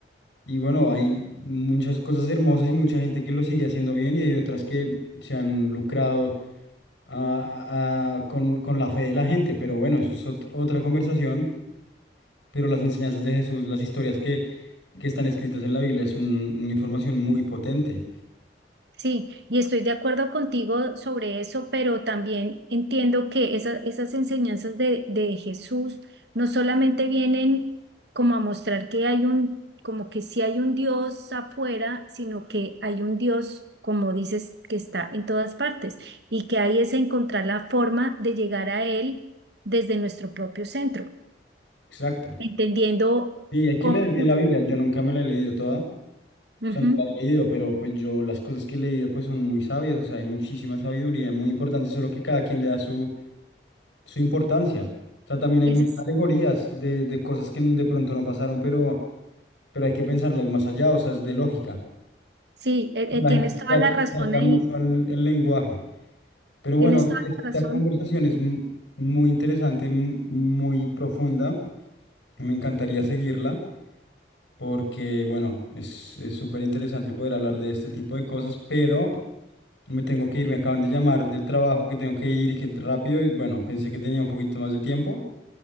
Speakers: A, on the left; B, on the right.
A: y bueno, hay muchas cosas hermosas y mucha gente que lo sigue haciendo bien y hay otras que se han lucrado a- a- con, con la fe de la gente, pero bueno, eso es ot- otra conversación. pero las enseñanzas de Jesús, las historias que, que están escritas en la Biblia es un- una información muy potente.
B: Sí, y estoy de acuerdo contigo sobre eso, pero también entiendo que esa- esas enseñanzas de, de Jesús no solamente vienen como a mostrar que hay un, como que sí hay un Dios afuera, sino que hay un Dios, como dices, que está en todas partes y que ahí es encontrar la forma de llegar a Él desde nuestro propio centro,
A: Exacto.
B: entendiendo
A: Y hay que
B: cómo...
A: leer bien la Biblia. Yo nunca me la he leído toda. O
B: Ujú,
A: sea, no la he leído, pero pues yo las cosas que he leído pues son muy sabias. O sea, hay muchísima sabiduría, muy importante, solo que cada quien le da su, su importancia. O sea, también hay
B: ese
A: muchas
B: es-
A: alegorías de, de cosas que de pronto no pasaron, pero, pero hay que pensarlas más allá, o sea, es de lógica.
B: sí, eh, eh,
A: La
B: tienes
A: gente
B: toda
A: se ata-
B: la razón
A: se ata
B: ahí,
A: mucho al el lenguaje. Pero bueno,
B: tienes toda
A: esta
B: la razón.
A: conversación es mu- muy interesante, mu- muy profunda. Me encantaría seguirla porque, bueno, es es súper interesante poder hablar de este tipo de cosas, pero me tengo que ir, me acaban de llamar del trabajo que tengo que ir, que rápido, y bueno, pensé que tenía un poquito más de tiempo,